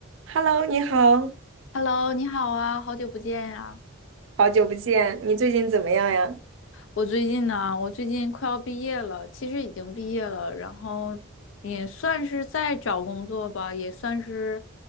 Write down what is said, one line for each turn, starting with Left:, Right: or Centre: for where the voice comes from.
Right: Hello，你好，
Left: Hello，你好啊，好久不见呀、
Right: 好久不见，你最近怎么样呀？
Left: 我最近呢，我最近快要毕业了，其实已经毕业了，然后也算是在找工作吧，也算是，